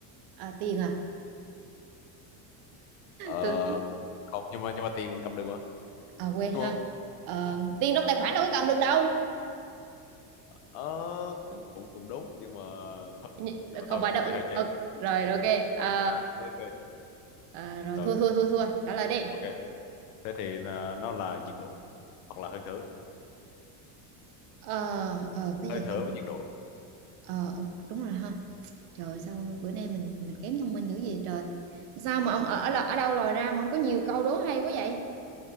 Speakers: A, on the right; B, on the left.
A: à, tiền à
B: ờ,
A: <laughs> tôi
B: không nhưng mà nhưng mà tiền mình cầm được mà
A: à quên
B: đúng
A: ha
B: không
A: Ờ, tiền trong tài khoản đâu có cầm được đâu
B: ờ, cũng cũng cũng đúng nhưng mà thôi
A: Nh-
B: nhưng mà
A: không
B: thôi
A: phải
B: cái
A: đâu
B: này hơi chày
A: Ờ, rồi rồi, ok Ờ,
B: thôi cầm đá nó ok
A: ờ, rồi
B: rồi
A: thua thua thua thua trả lời đi
B: ok thế thì à, nó là nhiệt độ hoặc là hơi thở
A: ờ ờ cái
B: hơi
A: gì
B: thở
A: không
B: với nhiệt độ
A: ờ ok, đúng rồi ha trời ơi, sao bữa nay mình mình kém thông minh dữ gì trời sao mà ông ở ở, ở đâu lòi ra mà ông có nhiều câu đố hay quá vậy